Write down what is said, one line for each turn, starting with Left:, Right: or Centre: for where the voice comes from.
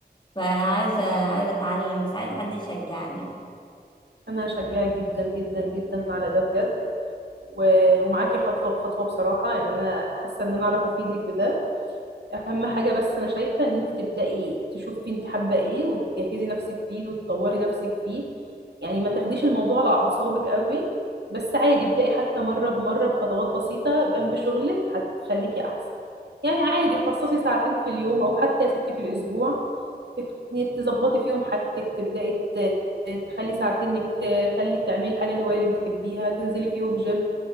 Left: فعايزه عايزه اتعلم بس عايزه حد يشجعني
Right: انا هشجعك جدا جدا جدا على ده بجد و- ومعاكي خطوة بخطوة بصراحة يعني انا حاسة ان انا اعرف افيدك بده اهم حاجه بس انا شايفه ان انت تبداي تشوفي انت حابه ايه وتجهزي نفسك فيه وتطوري نفسك فيه يعني ما تاخديش الموضوع على اعصابك قوي بس عادي ابداي حتى مره بمره بخطوات بسيطه جنب شغلك هتخليكي احسن يعني عادي خصصي ساعتين في اليوم او حتى ست في الاسبوع إنك تظبطي فيهم حاجتك تبداي ت- تخلي ساعتين انك تخلي تعملي الحاجه الهوايه اللي بتحبيها تنزلي فيهم جيم